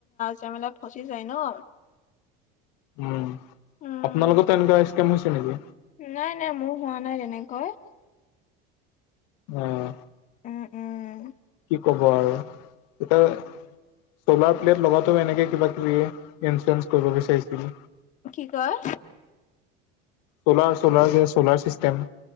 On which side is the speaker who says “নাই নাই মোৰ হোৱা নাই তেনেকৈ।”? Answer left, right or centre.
Left